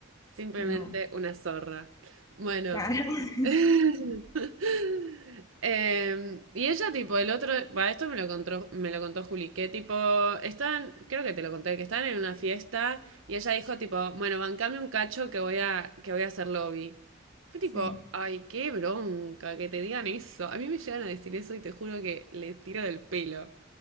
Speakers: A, on the right; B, on the left.
A: Simplemente
B: No,
A: una zorra. Bueno.
B: claro. <laughs>
A: <laughs> Em, y ella, tipo, el otro. Va, esto me lo contó, me lo contó Juli, que tipo, estaban, creo que te lo conté, que estaban en una fiesta y ella dijo, tipo, bueno, bancame un cacho que voy a, que voy a hacer lobby. Fue
B: Sí,
A: tipo, ay, qué bronca que te digan eso. A mí me llegan a decir eso y te juro que le tiro del pelo.